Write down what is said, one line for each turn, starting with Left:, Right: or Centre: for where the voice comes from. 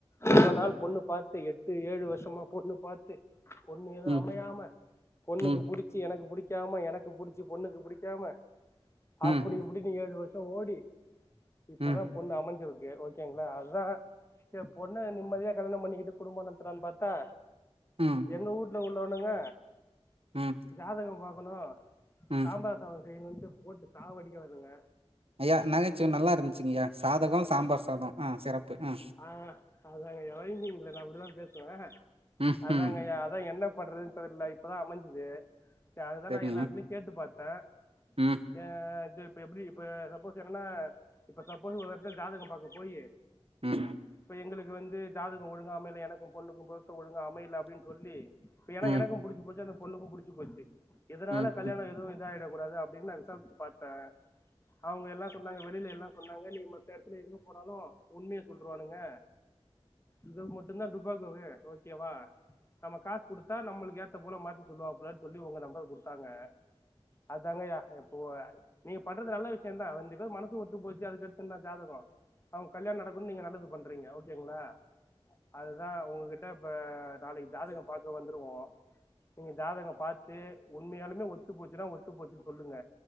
Left: இத்தன்நாள் பொண்ணு பாத்து எட்டு ஏழு வருஷமா பொண்ணு பாத்து பொண்ணு எதுவு
Right: ம்
Left: அமையாம பொண்ணுக்கு
Right: ம்
Left: புடிச்சு எனக்கு புடிக்காம எனக்கு புடிச்சு பொண்ணுக்கு புடிக்காம அப்பிடி
Right: ம்
Left: இப்பிடின்னு ஏழு வருஷம் ஓடி இப்பதா
Right: ம்
Left: பொண்ணு அமஞ்சிருக்கு ஓகேங்களா அதுதா செரி பொண்ண நிம்மதியா கல்யாணம் பண்ணிக்கிட்டு குடும்பம் நடத்தலான்னு பாத்தா
Right: ம்
Left: எங்க வூட்ல உள்ளவனுங்க
Right: ம்
Left: ஜாதக பாக்கணு
Right: ம்
Left: சாம்பார் சாதோ செய்யணுட்டு போட்டு சாவடிக்கிறானுங்க
Right: ஐயா நகைச்சுவை நல்லா இருந்துச்சுங்க ஐயா சாதகம் சாம்பார் சாதோ ஆ சிறப்பு ஆ
Left: ஆ அதாங்க ஐயா ரைமிங்ல நா அப்டிதா பேசுவே
Right: ம்
Left: அதாங்கய்யா
Right: ம்
Left: அதா என்ன பண்றது தெரில இப்பதா அமஞ்சிது சேரி அதுதா
Right: சரிங்க
Left: நா எல்லா எடத்துலயு கேட்டு பாத்த
Right: ம்
Left: ஏ இது இப்ப எப்டி இப்ப சப்போஸ் என்னன்னா இப்ப சப்போஸ் ஒரு எடத்துல ஜாதகம் பாக்க போயி
Right: ம்
Left: இப்ப எங்களுக்கு வந்து ஜாதகோ ஒழுங்கா அமையல எனக்கு பொண்ணுக்கு பொருத்தோ ஒழுங்கா அமையல அப்டின்னு சொல்லி இப்ப ஏன்னா
Right: ம்
Left: எனக்கு புடிச்சு போச்சு அந்த பொண்ணுக்கு புடிச்சு போச்சு எதனால
Right: ம்
Left: கல்யாணோ
Right: ம்
Left: எதுவு இதாயிடக் கூடாது அப்டின்னு நா விசாரிச்சு பாத்த அவங்க எல்லா சொன்னாங்க வெளில எல்லா சொன்னாங்க நீ மத்த எடத்துல எங்க போனாலு உண்மைய சொல்ருவானுங்க இதுகு மட்டுந்தா டுபாக்கூரு ஓகேவா நம்ம காசு குடுத்தா நம்மளுக்கு ஏத்த பொண்ண மாத்தி சொல்லுவாப்புலன்னு சொல்லி உங்க நம்பர குடுத்தாங்க அதாங்கய்யா எப்போவ நீங்க பண்றது நல்ல விஷயோ தா ரெண்டு பேர் மனசு ஒத்து போச்சு அதுக்கடுத்து என்ன ஜாதகோ அவங்க கல்யாண நடக் குன் நீங்க நல்லது பண்றீங்க ஓகேங்களா அதுதா உங்ககிட்ட இப்ப நாளைக்கு ஜாதகோ பாக்க வந்துருவோ நீங்க ஜாதகோ பாத்து உண்மையாலுமே ஒத்து போச்சுன்னா ஒத்து போச்சுன்னு சொல்லுங்க